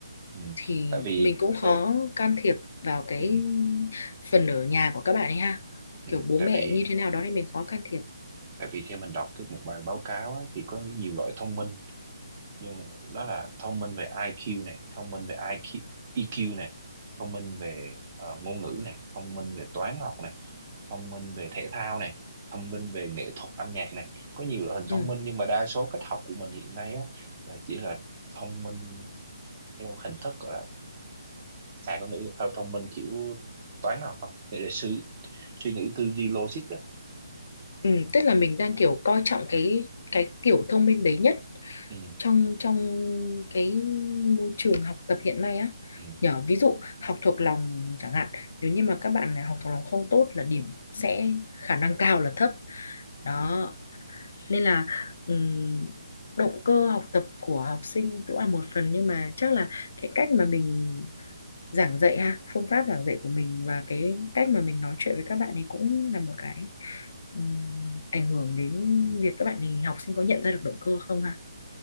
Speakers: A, on the right; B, on the left.
A: ừ.
B: thì
A: tại vì
B: mình cũng
A: tại,
B: khó can thiệp vào cái
A: ừ,
B: phần ở nhà của các bạn ấy ha.
A: ừ,
B: Kiểu bố
A: tại
B: mẹ
A: vì
B: như thế nào đó thì mình khó can thiệp.
A: tại vì theo mình đọc cái một bài báo cáo á, thì có nhiều loại thông minh nhưng đó là thông minh về IQ này thông minh về IQ EQ này thông minh về ờ, ngôn ngữ này thông minh về toán học này thông minh về thể thao này thông minh về nghệ thuật âm nhạc này có nhiều loại hình thông
B: Ừm,
A: minh nhưng mà đa số cách học của mình hiện nay á là chỉ là thông minh theo hình thức gọi là à con nghĩ là theo thông minh kiểu toán học không để, để suy suy nghĩ tư duy logic á
B: ừm,
A: ừ.
B: tức là mình đang kiểu coi trọng cái cái kiểu thông minh đấy nhất
A: Ừ.
B: trong trong cái môi trường học tập hiện nay á
A: Ừ.
B: nhờ ví dụ học thuộc lòng chẳng hạn nếu như mà các bạn này học thuộc lòng không tốt là điểm sẽ khả năng cao là thấp đó
A: Ừ.
B: nên là ừm, động cơ học tập của học sinh cũng là một phần nhưng mà chắc là cái cách mà mình giảng dạy ha phương pháp giảng dạy của mình và cái cách mà mình nói chuyện với các bạn ấy cũng là một cái ừm, ảnh hưởng đến
A: Ừ.
B: việc các bạn ấy học sinh có nhận ra được động cơ không ha